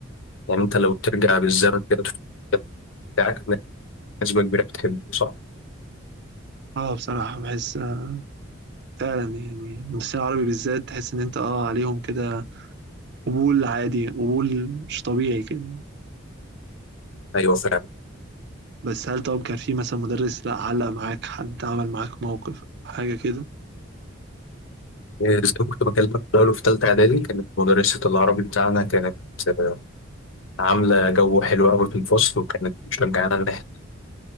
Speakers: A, on the left; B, on the right.
A: يعني انت لو ترجع بالزمن كده وتشوف المدرس بتاعك هتلاقي نسبه كبيره بتحبه صح
B: اه بصراحة بحس آه، فعلا يعني المدرسين العربي بالذات تحس ان انت اه عليهم كده قبول عادي قبول مش طبيعي كده
A: ايوه فعلا
B: بس هل طب كان في مثلا مدرس لا علق معاك حد عمل معاك موقف حاجة كده
A: إيه، زي ما كنت بكلمك في الاول في ثالثه اعدادي كانت مدرسه العربي بتاعنا كانت آه، عامله جو حلو قوي في الفصل وكانت مشجعانا ان احنا